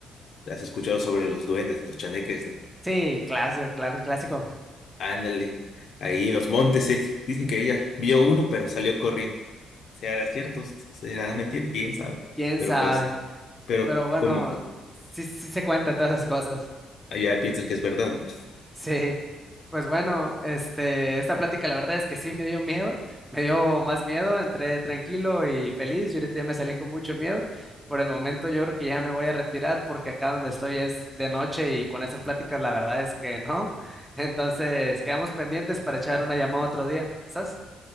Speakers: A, on the left; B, in the centre.
A: has escuchado sobre los duendes, los chaneques, ¿no?
B: Sí, clásico, clásico, clásico.
A: Ándale, ahí en los montes, eh. Dicen que ella vio uno, pero salió corriendo. Será cierto, será mentira, quién sabe.
B: ¿Quién
A: Pero
B: sabe?
A: pues, pero
B: Pero bueno,
A: como
B: sí, sí se cuentan todas esas cosas.
A: allá piensas que es verdad, ¿no?
B: Sí, pues bueno, este, esta plática la verdad es que sí me dio miedo, me dio más miedo, entré tranquilo y feliz, yo ahorita ya me salí con mucho miedo, por el momento yo creo que ya me voy a retirar porque acá donde estoy es de noche y con estas pláticas la verdad es que no, entonces quedamos pendientes para echar una llamada otro día, ¿sas?